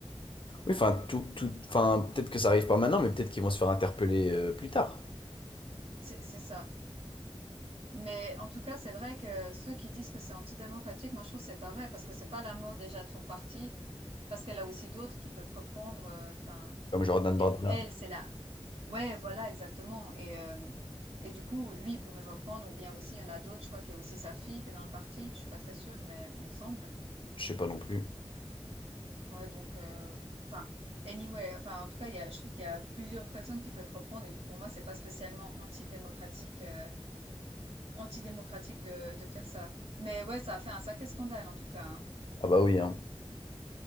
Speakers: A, on the left; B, on the right.
A: Oui, enfin, tout, tout, enfin, peut-être que ça arrive pas maintenant, mais peut-être qu'ils vont se faire interpeller euh, plus tard,
B: C'est c'est ça. Mais en tout cas, c'est vrai que ceux qui disent que c'est antidémocratique, moi, je trouve que c'est pas vrai parce que c'est pas la mort déjà de son parti, parce qu'elle a aussi d'autres qui peuvent reprendre. euh, Enfin,
A: comme Jordan
B: il
A: Bardella.
B: y a- elle, c'est la Ouais, voilà, exactement. Et, euh, et du coup, lui il pourrait reprendre, ou bien aussi, il y en a d'autres, je crois qu'il y a aussi sa fille qui est dans le parti, je suis pas très sûre, mais il me semble.
A: Je sais pas non plus.
B: Ouais, donc, euh, enfin, anyway, enfin, en tout cas, il y a, je trouve qu'il y a plusieurs personnes qui peuvent reprendre, et puis pour moi, c'est pas spécialement antidémocratique, euh, antidémocratique de, de faire ça. Mais ouais, ça a fait un sacré scandale, en tout cas, hein.
A: Ah bah oui, hein.